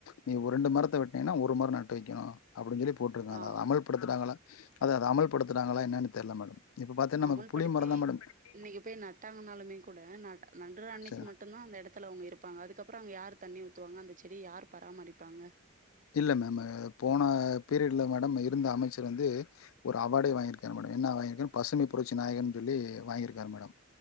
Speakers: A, on the left (about 75°); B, on the right (about 40°).
A: நீ ஒரு ரெண்டு மரத்த வெட்னீங்கன்னா ஒரு மரோ நட்டு வைக்கணு அப்பிடின்னு சொல்லி போட்டுருக்கா
B: ஆ
A: அத அமல்படுத்துறாங்களா அதா அத அமல்படுத்துறாங்களா என்னன்னு தெரில மேடம் இப்போ பார்த்தீங்கன்னா
B: அமுல்படுத்தி
A: நமக்கு புளிய மரம் தான் மேடம்
B: இன்னிக்கு போய் நட்டாங்கனாலுமே கூட நட நடற அன்னிக்கு
A: சரி
B: மட்டுதா அந்த எடத்துல அவுங்க இருப்பாங்க அதுக்கப்புறோ அங்க யா யார் தண்ணி ஊத்துவாங்க அந்த செடிய யார் பராமரிப்பாங்க
A: இல்ல மேம் போன பீரியட்ல மேடம் இருந்த அமைச்சர் வந்து ஒரு அவார்டே வாங்கியிருக்கார் மேடம் என்ன வாங்கிருக் பசுமை புரட்சி நாயகன்னு சொல்லி வாங்கியிருக்காரு மேடம்